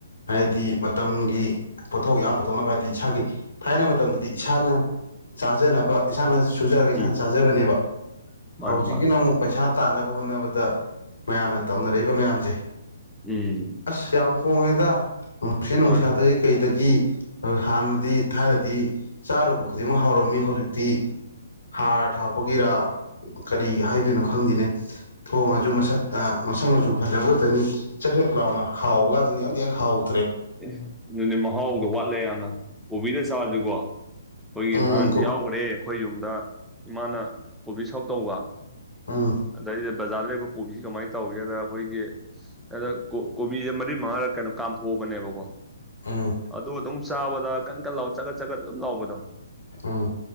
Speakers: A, on the left; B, in the centre.
A: ꯍꯥꯏꯗꯤ ꯃꯇꯝꯒꯤ ꯄꯣꯊꯣꯛ ꯌꯥꯝ ꯄꯨꯊꯣꯛꯅꯕ ꯍꯥꯏꯗꯤ ꯏꯁꯥꯒꯤ ꯊꯥꯏꯅ ꯃꯇꯝꯗꯗꯤ ꯏꯁꯥꯅ ꯆꯥꯖꯅꯕ ꯏꯁꯥꯅ ꯁꯨꯖꯔꯒ ꯏꯁꯥꯅ
B: ꯎꯝ
A: ꯆꯥꯖꯕꯅꯦꯕ
B: ꯃꯥꯅꯤ
A: ꯍꯧꯖꯤꯛꯀꯤꯅ
B: ꯃꯥꯅꯤ
A: ꯑꯃꯨꯛ ꯄꯩꯁꯥ ꯇꯥꯅꯕ ꯍꯣꯠꯅꯕꯗ ꯃꯌꯥꯝꯅ ꯇꯧꯅꯔꯛꯏꯕ ꯃꯌꯥꯝꯁꯦ
B: ꯎꯝ
A: ꯑꯁ ꯌꯥꯝ ꯍꯣꯡꯉꯦꯗ ꯅꯨꯡꯁꯦ ꯅꯨꯡꯁꯥꯗꯒꯤ
B: ꯃꯥꯅꯤ ꯎꯝ
A: ꯀꯩꯗꯒꯤ ꯍꯥꯟꯅꯗꯤ ꯊꯥꯏꯅꯗꯤ ꯆꯥꯔꯨꯕ ꯈꯨꯗꯤꯡꯃꯛ ꯍꯧꯔꯝꯃꯤ ꯍꯧꯖꯤꯛꯇꯤ ꯍꯥꯔ ꯊꯥꯛꯄꯒꯤꯔꯥ ꯀꯔꯤ ꯍꯥꯏꯗꯣꯏꯅꯣ ꯈꯪꯗꯅꯦ ꯊꯣꯡꯉꯁꯨ ꯃꯁꯛ ꯃꯁꯛ ꯌꯧ ꯐꯖꯑꯒꯗꯅꯤ ꯆꯥꯛꯁꯨꯛ ꯂꯥꯎꯅ ꯍꯥꯎꯕꯒꯥꯛꯇꯗꯤ ꯌꯥꯝꯗꯦ ꯍꯥꯎ
B: ꯑꯦ ꯑꯗꯨꯗꯤ ꯃꯍꯥꯎꯗꯣ ꯋꯥꯠꯂꯦ ꯌꯥꯝꯅ ꯑꯣꯕꯤꯗ ꯁꯋꯥ ꯆꯒꯣ ꯑꯩꯈꯣꯏꯒꯤ
A: ꯎꯝ
B: ꯅꯍꯥꯟ ꯌꯥꯎꯈ꯭ꯔꯦ ꯑꯩꯈꯣꯏ ꯌꯨꯝ ꯑ ꯗ ꯏꯃꯥꯅ ꯀꯣꯕꯤ ꯁꯛ ꯇꯧꯕ
A: ꯎꯝ
B: ꯑꯗꯩꯗ ꯕꯖꯥꯔꯗ ꯂꯩꯕ ꯀꯣꯕꯤꯁꯦ ꯀꯃꯥꯏꯅ ꯇꯧꯒꯦꯗ ꯑꯩꯈꯣꯏꯒꯤ ꯑꯗ ꯀꯣꯕꯤꯁꯦ ꯃꯔꯤ ꯃꯉꯥꯔ ꯀꯩꯅꯣ ꯀꯥꯝꯊꯣꯛ ꯄꯅꯦꯕꯀꯣ
A: ꯎꯝ
B: ꯑꯗꯣ ꯑꯗꯨ ꯆꯥꯕꯗ ꯀꯟ ꯀꯟ ꯂꯥꯎꯑꯣ ꯆꯠꯒꯠ ꯆꯠꯒꯠ ꯑꯗꯨꯝ ꯂꯥꯎꯕꯗꯣ
A: ꯎꯝ